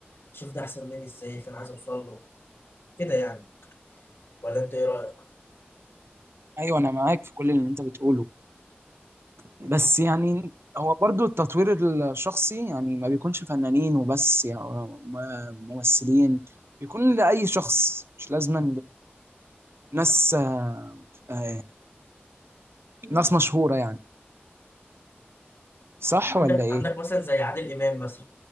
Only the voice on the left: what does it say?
شوف ده أحسن مني إزاي فأنا عايز أوصل له كده يعني ولا انت ايه رايك
عندك
عندك مثلا زي عادل امام مثلا